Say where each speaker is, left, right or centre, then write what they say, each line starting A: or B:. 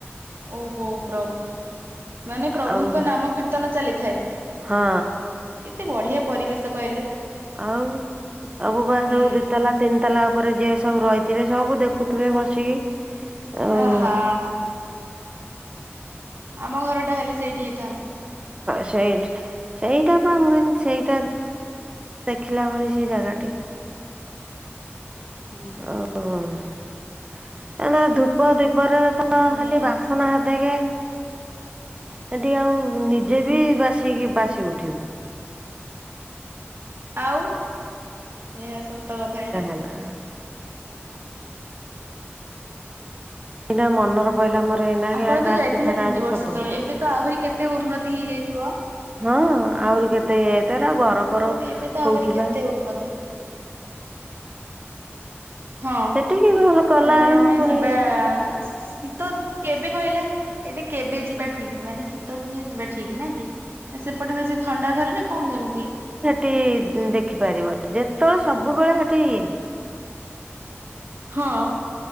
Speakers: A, on the right; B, on the right.
A: ଓହୋ ପ୍ରଭୁ ମାନେ ପ୍ରଭୁଙ୍କ
B: ଆଉ
A: ନାମ କୀର୍ତ୍ତନ ଚାଲିଥାଏ।
B: ହଁ।
A: କେତେ ବଢିଆ ପରିବେଶ କହିଲେ।
B: ଆଉ ସବୁ ବା
A: ହୁଁ
B: ସବୁ ଦିିତଲା ତିନିତାଲା ଉପରେ ଯିଏ ସବୁ ରହିଥିବେ ସବୁ ଦେଖୁଥିବେ ବସିକି। ଆଉ
A: ଆହା। ଆମ ଘରଟା ହେଲେ ସେଇଠି ହେଇଥାନ୍ତା।
B: ସେଇ ସେଇଟା ପା ଆମ ସେଇଟା ଦେଖିଲା ଭଳି ସେଇ ଜାଗାଟି।
A: ହୁଁ।
B: ଓ ହୋ ଧୂପ ଦୀପରେ ତ ତ
A: ନିହାତି
B: ଖାଲି ବାସନା ହେତେକେ ସେଠି ଆଉ ନିଜେ ବି ବାସି ବାସି ଉଠିବୁ।
A: ଆଉ ନିହାତି ସତ କଥା ଏଇଟା।
B: ନା। ଏଇଟା ମନର ପଇଲା ମୋର ଏଇନା।
A: ଆପଣ
B: କେ
A: ତ
B: ରାତି
A: ଯାଇଥିଲେ
B: ସାରା
A: ତିନି
B: ଆଜି
A: ବର୍ଷ
B: ସପନ
A: ତଳେ, ଏବେ ତ ଆହୁରି କେତେ ଉନ୍ନତି ହେଇଯାଇଥିବ।
B: ହଁ ଆହୁରି କେତେ ହେଇ ଏତେ ଲରା ଘରଫର
A: ମୁଁ କହିଲି ଏବେ ତ
B: ହଉଥିଲା।
A: ଆହୁରି କେତେ ଉନ୍ନତ ହେଇଯାଇଥିବ ହଁ
B: ସେଠିକି ଭଲ କଲା
A: ତାହେଲେ
B: ବେଳକୁ
A: ଆମେ
B: ପୁଣି
A: ଯିବା ଶୀତ କେବେ କହିଲେ ଏଇଟା କେବେ ଯିବା ଠିକ ମାନେ ଶୀତ ଦିନିଆ ଯିବା ଠିକ ନାଆଁକି। ସେପଟେ ବେଶୀ ଥଣ୍ଡା ଧରେ ନା କଣ କେମିତି?
B: ଟି ଦେଖିପାରିବ, ଯେତେବେଳେ ସବୁବେଳେ ହେଠି ଇଏ।
A: ହଁ।